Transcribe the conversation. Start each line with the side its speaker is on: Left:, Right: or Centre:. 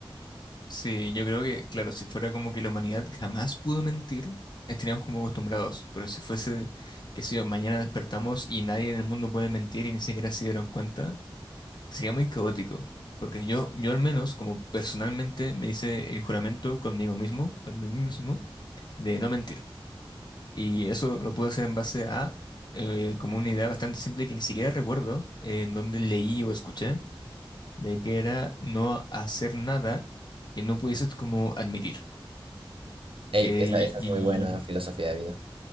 Left: Sí, yo creo que, claro, si fuera como que la humanidad jamás pudo mentir, estaríamos como acostumbrados. Pero si fuese, qué sé yo, mañana despertamos y nadie en el mundo puede mentir y ni siquiera se dieron cuenta, sería muy caótico. Porque yo, yo al menos, como personalmente, me hice el juramento conmigo mismo, para mí mismo, de no mentir. Y eso lo pude hacer en base a eh, como una idea bastante simple que ni siquiera recuerdo eh, en dónde leí o escuché, de que era no hacer nada que no pudieses como admitir.
Right: Ey,
Left: Eh,
Right: esa, esa
Left: y
Right: es muy buena filosofía de vida.